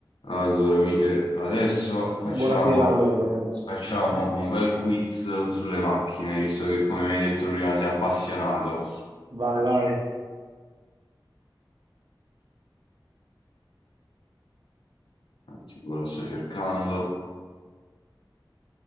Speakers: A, on the left (about 80°); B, on the right (about 60°).
A: Allora, amiche, adesso facciamo,
B: Buonasera a lei, Lorenzo.
A: facciamo un bel quiz sulle macchine, visto che come mi hai detto prima sei appassionato.
B: Vai, vai,
A: Sicuro lo sto cercando.